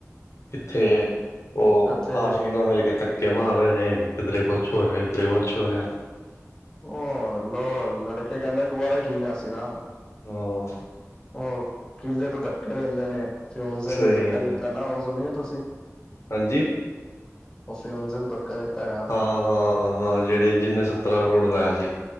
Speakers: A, on the left (about 65°); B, on the left (about 15°).
A: ਕਿੱਥੇ। ਉਹ
B: ਇੱਥੇ
A: ਆਸ਼ਿਕ ਨਾਲ ਮਿਲ ਕੇ ਧੱਕੇ ਮਾਰ ਰਹੇ ਨੇ ਕਿਧਰੇ ਕੁਛ ਹੋ ਰਿਹਾ, ਕਿੱਧਰੇ ਕੁਛ ਹੋ ਰਿਹਾ।
B: ਹੋਰ ਨਾ ਲੜਕੇ ਕਹਿੰਦੇ ਕੁਆਰੇ ਠੀਕ ਆ ਅਸੀਂ ਤਾਂ।
A: ਹਾਂ।
B: ਉਹ ਕਿਲੇੇ ਤੋਂ ਧੱਕੇ ਦਿੰਦੇ ਨੇ ਫਿਆਂਸੀ
A: ਸਹੀ
B: ਨੂੰ ਧੱਕਾ
A: ਗੱਲ
B: ਦਿੱਤਾ
A: ਹੈ
B: ਨਾ ਉਹ ਸੁਣੀਏ ਏ ਤੁਸੀਂ।
A: ਹਾਂਜੀ।
B: ਉਹ ਫੀਆਂਸੀ ਨੂੰ ਧੱਕਾ ਦਿੱਤਾ ਜਾ ਤਾਂ।
A: ਹਾਂ ਹਾਂ ਹਾਂ ਜਿਹੜੇ ਜਿਹਨੇ ਸੱਤਰਾਂ ਕਰੋੜ ਲਾਇਆ ਸੀ।